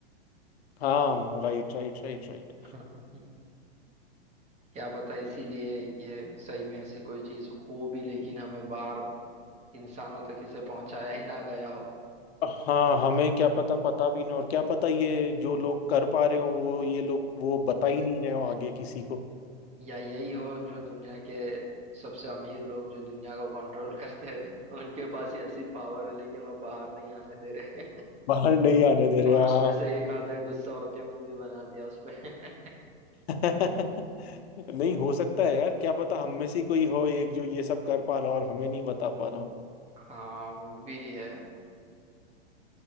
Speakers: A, on the left; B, on the right.
A: है। हाँ राइट राइट राइट राइट
B: ये <laughs> क्या पता इसीलिए ये सही में ऐसी कोई चीज हो भी लेकिन हमें बाहर इंसानों तक इसे पहुंचाया ही ना गया हो
A: हाँ हमें क्या पता पता भी नहीं और क्या पता ये जो लोग कर पा रहे हो वो ये लोग वो बता ही नहीं रहे हो आगे किसी को
B: या यही हो जो दुनिया के सबसे अमीर लोग जो दुनिया को कंट्रोल करते हैं उनके पास ही ऐसी पावर है लेकिन वो बाहर नहीं आने दे रहे
A: बाहर नहीं
B: <laughs>
A: आने दे रहे
B: और उसमें
A: हाँ
B: से एक आधा गुस्सा होके मूवी बना दिया उसपे <laughs>
A: <laughs> नहीं हो सकता है यार क्या पता हम में से ही कोई हो एक जो ये सब कर पा रहा हो और हमें नहीं बता पा रहा हो
B: हाँ वो भी है